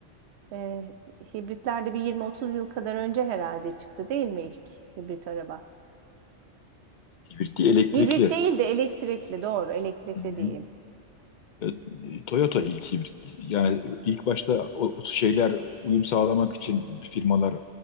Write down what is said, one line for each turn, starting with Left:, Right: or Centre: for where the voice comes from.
Right: E, hibritler de bir 20-30 yıl kadar önce herhalde çıktı değil mi ilk hibrit araba?
Left: Hibrit değil, elektrikli.
Right: Hibrit değil de elektrikli doğru. Elektrikli
Left: Hı-hı.
Right: diyeyim.
Left: E, Toyota ilk hibrit. Yani ilk başta o, o şeyler uyum sağlamak için firmalar